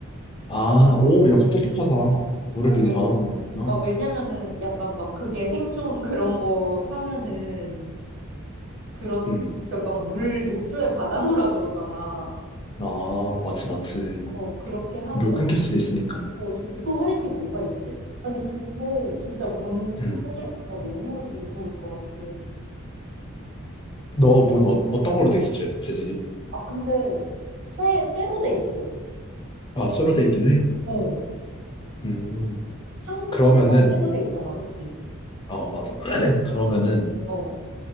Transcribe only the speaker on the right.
어,
왜,
아, 왜냐면은 약간 막 그게 생존 그런 거 하면은 그런,
그러니까 막 물 욕조에 받아놓으라 그러잖아.
어, 그렇게 하고,
어, 진짜 또 할 게 뭐가 있지? 아니, 근데 진짜 문 부서질까
봐 너무 무서울 것 같아.
아, 근데 쇠, 쇠로 돼 있어.
어.
한국도
다 쇠로 돼 있잖아, 그치?
어,